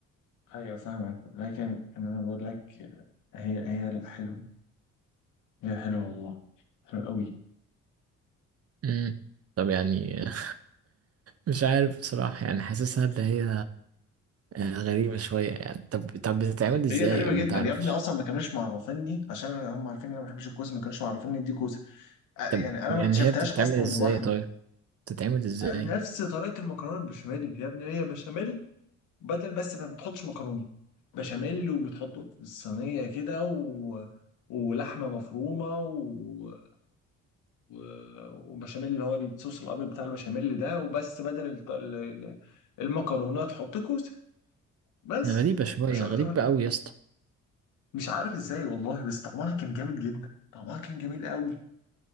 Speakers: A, on the left; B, on the right.
A: ايوه فاهمك لكن انا بقول لك هي هي لا حلوه هي حلوه والله حلوه قوي
B: امم طب يعني <laughs> مش عارف بصراحه يعني حاسسها اللي هي آه، غريبه شويه يعني طب طب بتتعمل ازاي
A: هي غريبه
B: او
A: جدا
B: ما تعرفش
A: يا ابني اصلا ما كانوش معرفيني عشان هم عارفين ان انا ما بحبش الكوسه ما كانوش معرفيني دي كوسه آه، يعني
B: طب
A: انا
B: يعني
A: ما اكتشفتهاش
B: هي بتتعمل
A: اصلا
B: ازاي
A: لوحدي
B: طيب بتتعمل ازاي
A: آه، نفس طريقه المكرونه البشاميل يا ابني هي بشاميل بدل بس ما بتحطش مكرونه بشاميل وبتحطه في الصينيه كده و... ولحمه مفرومه و... و- وبشاميل اللي هو الصوص الابيض بتاع البشاميل ده وبس بدل الط- ال- ال- المكرونات حط كوسه بس
B: غريبة شوية
A: مش اكتر
B: غريبة
A: ولا أقل.
B: أوي يا اسطى
A: مش عارف ازاي والله بس طعمها كان جامد جدا طعمها كان جميل قوي